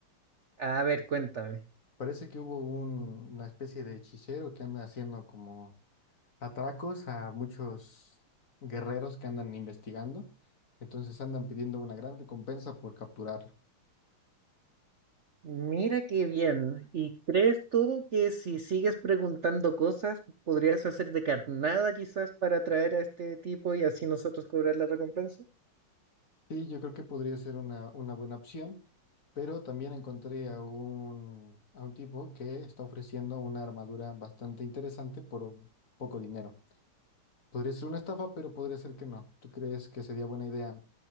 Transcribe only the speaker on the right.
A ver, cuéntame.
Mira qué bien. ¿Y crees tú que si sigues preguntando cosas, podrías hacer de carnada quizás para atraer a este tipo y así nosotros cobrar la recompensa?